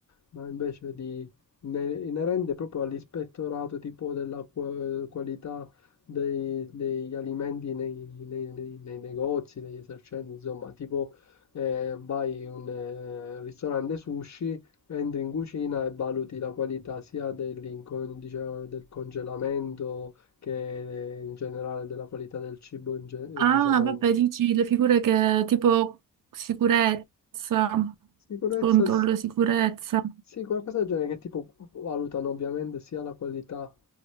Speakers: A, on the left; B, on the right.
A: ma invece di ne- inerente proprio all'ispettorato tipo della qua- qualità dei- degli alimenti nei, nei- nei- nei negozi, degli esercenti, insomma, tipo eh, vai in un eh, ristorante sushi, entri in cucina e valuti la qualità sia dell'inco- diciamo, del congelamento che in generale della qualità del cibo, in ge-
B: Ah,
A: diciamo,
B: vabbè,
A: al-
B: dici le figure che tipo sicurezza,
A: sicurezza,
B: controllo
A: s-
B: sicurezza.
A: sì, qualcosa del genere che tipo valutano ovviamente sia la qualità,